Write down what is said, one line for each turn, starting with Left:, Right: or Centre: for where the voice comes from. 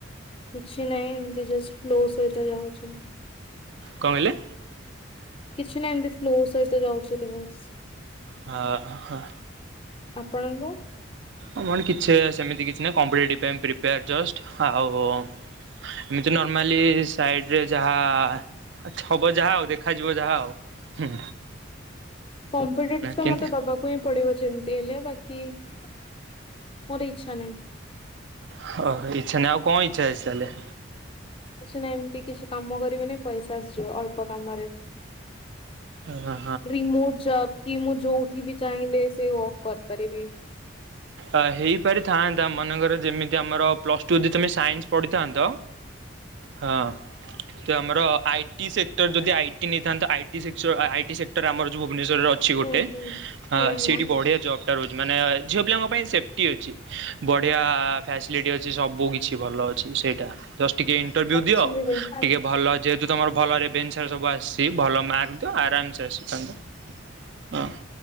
Left: କିଛି ନାହିଁ ଏମତି ଜଷ୍ଟ ଫ୍ଲୋ ସହିତ ଯାଉଚି।
Right: କଣ କହିଲେ?
Left: କିଛି ନାହିଁ ଏମିତି ଫ୍ଲୋ ସହିତ ଯାଉଥିଲି ବାସ
Right: ହ ହ ହ।
Left: ଆପଣୁଙ୍କୁ
Right: ଅ ମଣି କିଛି ସେମିତି କିଛି ନାହିଁ କମ୍ପେଟିଭ ପାଇଁ ପ୍ରିପେୟାର ଜଷ୍ଟ ଆଉ ଏମିତି ନର୍ମାଲି ସାଇଡରେ ଯାହା ଆଛା ହବ ଯାହା ଆଉ ଦେଖାଯିବ ଯାହା ଆଉ ହୁଁ।
Left: କମ୍ପେଟିଭସ ତ
Right: କେମତି
Left: ମତେ ଦବାକୁ ହିଁ ପଡିବ ଯେମିତି ହେଲେ କି ମୋର ଇଛା ନାଇ।
Right: ହ ଇଛା ନାହିଁ ଆଉ ଙ୍କ ଇଛା ଅଛି ତାହାଲେ
Left: ମୁଁ ସିନା ଏମିତି କିଛି କାମ କରିବିନି ପଇସା ଆସିଯିବ ଅଳ୍ପ କାମରେ।
Right: ହଁ
Left: ରିମୋଟ ଜପ କି ମୁଁ ଯୋଉଠି ବି ଚାହିଁଲେ ସେ କରିପାରିବି।
Right: ଆ ହେଇପାରିଥାନ୍ତା ମନେକର ଯେମିତି ଆମର ପ୍ଲସ ଟୁ ଦି ବର୍ଷ ସାଇନ୍ସ ପଢ଼ିଥାନ୍ତ ହଁ। ତ ଆମର ଆଇ ଟି ସେକ୍ଟର ଯଦି ଆଇ ଟି ନେଇଥାନ୍ତ I T sector I T sector ଆମର ଯୋଉ ଭୁବନେଶ୍ୱରରେ ଅଛି ଗୋଟେ
Left: ହୁଁ ହୁଁ
Right: ଆ
Left: ହୁଁ
Right: ସେଠି
Left: ହୁଁ।
Right: ବଢ଼ିଆ ଜବଟା ରହୁଛି ମାନେ ଝିଅ ପିଲାଙ୍କ ପାଇଁ ସେପଟି ଅଛି। ବଢିଆ ଫ୍ୟାସିଲିଟ ଅଛି। ସବୁ କିଛି ଭଲ ଅଛି। ସେଇଟା ଜଷ୍ଟ ଟିକେ ଇଣ୍ଟରଭି୍ୟୁ
Left: ଆକ୍ଚୁଆଲି
Right: ଦିଅ।
Left: ଦେଖ
Right: ଟିକେ ଭଲ ଯେ ଯଦି ତମର ଭଲ ରେଭେନ୍ସରୁ ସବୁ ଆସିଚି ଭଲ ମାର୍କ ଆରାମସେ ଆସିଥାନ୍ତ। ହଁ।